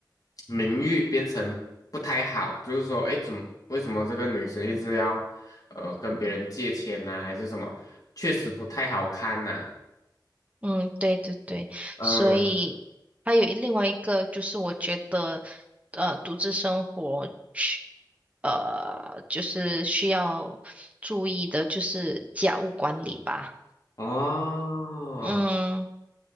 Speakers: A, on the left; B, on the right.
A: 名誉变成不太好，就是说，哎，怎么为什么这个女生一直要呃跟别人借钱呢、还是什么？确实不太好看呐、
B: 嗯，对对对，
A: 嗯，
B: 所以还有一另外一个就是我觉得，呃，独自生活需，呃，就是需要注意的，就是家务管理吧。
A: 哦。
B: 嗯，